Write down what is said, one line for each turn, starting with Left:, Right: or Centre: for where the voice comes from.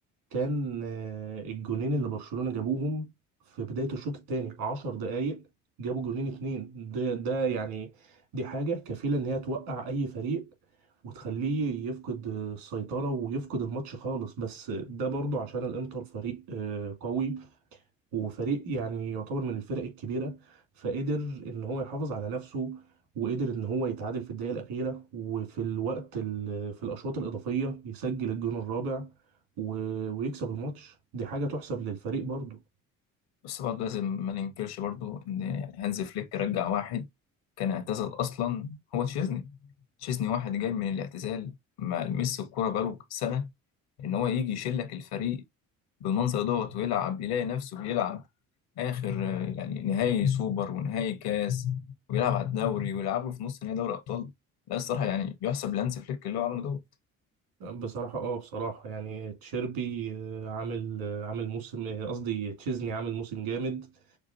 Right: كان آه، الجونين اللي برشلونة جابوهم في بداية الشوط الثاني عشر دقايق جابوا جونين اتنين ده ده يعني دي حاجة كفيلة ان هي توقع اي فريق وتخليه يفقد السيطرة ويفقد الماتش خالص بس ده برضو عشان الانتر فريق آه، قوي وفريق يعني يعتبر من الفرق الكبيرة فقدر ان هو يحافظ على نفسه وقدر ان هو يتعادل في الدقيقة الأخيرة وفي الوقت ال- في الأشواط الإضافية يسجل الجون الرابع و- ويكسب الماتش دي حاجة تحسب للفريق برضو
Left: بس برضه لازم ما ننكرش برضه ان يعني هانز فليك رجع واحد كان اعتزل اصلا هو تشيزني تشيزني واحد جاي من الاعتزال ما لمس الكوره بقاله سنه ان هو يجي يشيل لك الفريق بالمنظر دوت ويلعب يلاقي نفسه بيلعب آخر آه، يعني نهائي سوبر ونهائي كاس ويلعب على الدوري ويلعب له في نص نهائي دوري أبطال لا الصراحة يعني يحسب لهانز فليك اللي هو عمله دوت
Right: بصراحة اه بصراحة يعني تشيربي آه، عامل آه، عامل موسم آه، قصدي تشيزني عامل موسم جامد